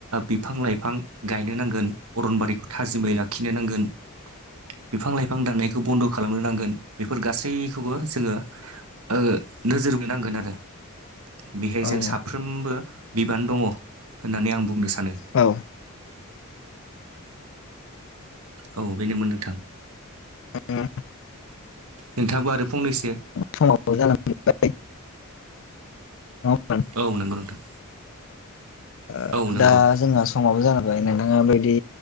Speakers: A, on the right (about 85°); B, on the left (about 60°).
A: बिफां लाइफां गायनो नांगोन अरनबारिखौ थाजिमै लाखिनो नांगोन
B: <inaudible>
A: बिफां लाइफां दाननायखौ बन्द खालामनो नांगोन बेफोर गासैखौबो जोङो ओ नोजोर बोनांगोन आरो बेहाय
B: औ
A: जों
B: औ
A: साफ्रोमबो बिबान दंङ होननानै आं बुंनो सानो
B: औ
A: औ बेनोमोन नोंथां
B: उम
A: नोंथांङाबो आरो फंनैसो
B: समाबो जानानै <unintelligible>
A: औ नंगौ नोंथां
B: ओ
A: औ नंगौ
B: दा जोंहा समाबो जालांबाय नोंथांङा बिदि